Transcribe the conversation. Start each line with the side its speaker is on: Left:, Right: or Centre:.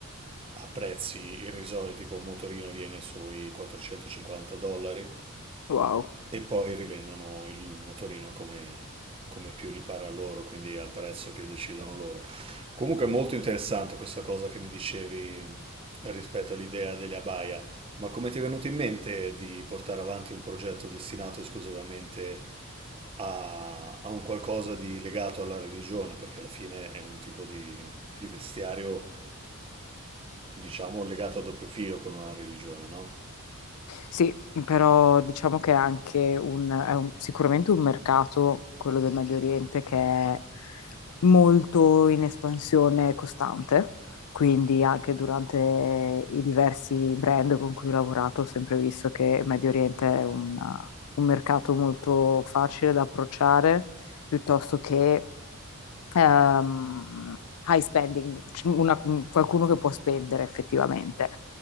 Right: a prezzi irrisori, tipo un motorino viene sui 450 dollari
Left: Wow.
Right: e poi rivendono il motorino come, come più gli pare a loro, quindi al prezzo che decidono loro. Comunque è molto interessante questa cosa che mi dicevi rispetto all'idea delle abaya, ma come ti è venuto in mente di portare avanti un progetto destinato esclusivamente a, a un qualcosa di legato alla religione? Perché alla fine è un tipo di, di vestiario, diciamo, legato a doppio filo con una religione, no?
Left: Sì, mhmm, però diciamo che è anche un, è un- sicuramente un mercato, quello del Medio Oriente, che è molto in espansione costante, quindi anche durante i diversi brand con cui ho lavorato ho sempre visto che il Medio Oriente è un, un mercato molto facile da approcciare, piuttosto che ehm, high spending, c- una- qualcuno che può spendere effettivamente.